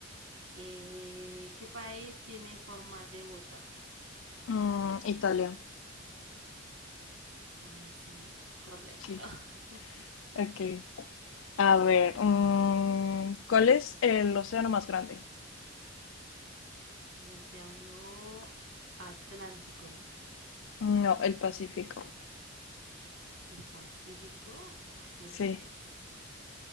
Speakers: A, on the right; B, on the left.
A: Eh, ¿qué país tiene forma de bota?
B: Mm, Italia,
A: Ay, sí, correcto.
B: sí.
A: <laughs>
B: Ok. A ver, mm, ¿cuál es el océano más grande?
A: El océano Atlántico, ¿no?
B: No, el Pacífico.
A: El Pacífico, ay, sí, era
B: Sí,
A: al revés. Bueno,